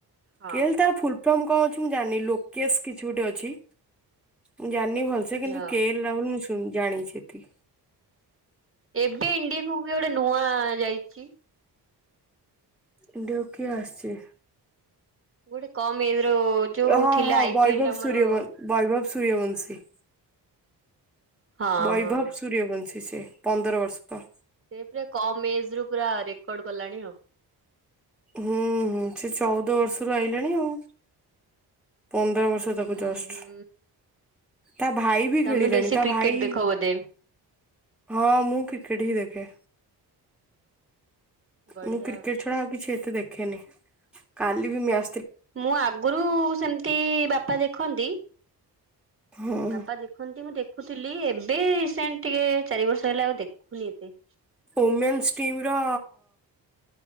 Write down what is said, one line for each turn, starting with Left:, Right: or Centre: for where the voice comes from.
Right: ହଁ
Centre: କେଲ୍ ତାର ଫୁଲ୍ ପ୍ରଥମ କଣ ଅଛି ମୁଁ ଜାଣିନି ଲୋକେଶ୍ କିଛି ଗୋଟେ ଅଛି ମୁଁ ଜାଣିନି ଭଲସେ କିନ୍ତୁ
Right: ହଁ
Centre: କେ <unintelligible> ମୁଁ ଶୁଣି ଜାଣିଛି ଏତିକି।
Right: ଏବେ ଇଣ୍ଡିଆକୁୁବି ଗୋଟେ ନୂଆ ଯାଇଚି
Centre: ଇଣ୍ଡିଆକୁ କିଏ ଆସିଚି?
Right: ଗୋଟେ କମ ଏଜ ର ଯୋଉ
Centre: ହଁ
Right: ଥିଲା
Centre: ହଁ
Right: ଆଇ
Centre: ବୈଭବ
Right: ପି ଏଲ ଆମର
Centre: ସୂର୍ଯ୍ୟବ
Right: ହଁ
Centre: ବୈଭବ ସ ସୂର୍ଯ୍ୟବଂଶୀ
Right: ହଁ
Centre: ବୈଭବ ସୂର୍ଯ୍ୟବଂଶୀସେ ପନ୍ଦର ବର୍ଷତ।
Right: ସେ ପୁରା କମ୍ ଏଜରୁ ପୁରା ରେକର୍ଡ କଲାଣି ଆଉ।
Centre: ହୁଁ ହୁଁ ସେଚଉଦ ବର୍ଷରୁ ଆଇଲାଣି ଆଉ। ପନ୍ଦର ବର୍ଷ ତାକୁ
Right: ଉଁ
Centre: ଜଷ୍ଟ।
Right: ହୁଁ
Centre: ତା ଭାଇବି
Right: ତମେ
Centre: ଖେଳିଲାଣି
Right: ବେଶୀ
Centre: ତାଭାଇ
Right: କ୍ରିକେଟ ଦେଖ ବୋଧେ
Centre: ହଁ ମୁଁ କ୍ରିକେଟ୍ ହିଁ ଦେଖେ।
Right: ବଢିଆ
Centre: ମୁଁ କ୍ରିକେଟ୍ ଛଡ଼ା ଆଉ କିଛି ଏତେ ଦେଖେନି କାଲିବି ମ୍ୟା
Right: ମୁଁ ଆଗରୁ ସେମିତି ବାପା ଦେଖନ୍ତି
Centre: ହୁଁ
Right: ବାପା ଦେଖନ୍ତି ମୁଁ ଦେ ଦେଖୁଥିଲି ଏବେ ରିସେଣ୍ଟ ଟିକେ ଚାରି ବର୍ଷ ହେଲା ଆଉ ଦେଖୁନି ଏତେ।
Centre: ଉମେନ୍ସ ଟିମ୍ର